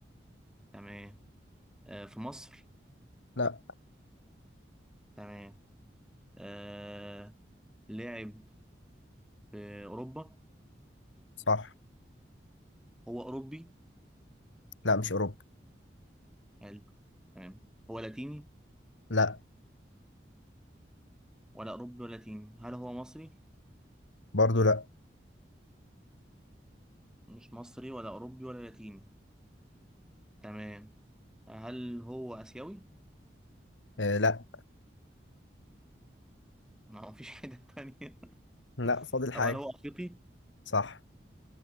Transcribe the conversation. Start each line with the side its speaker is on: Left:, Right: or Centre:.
Centre: تمام آه في مصر
Left: لا
Centre: تمام آه لعب في أوروبا
Left: صح
Centre: هو أوروبي
Left: لا مش اوروبا
Centre: حلو تمام هو لاتيني
Left: لا
Centre: ولا أوروبي ولا لاتيني هل هو مصري
Left: برضو لا
Centre: مش مصري ولا أوروبي ولا لاتيني تمام هل هو آسيوي؟
Left: آه لا
Centre: ما هو مفيش حاجة تانية <laughs>
Left: لا فاضل
Centre: طب
Left: حاجة
Centre: هل هو أفريقي؟
Left: صح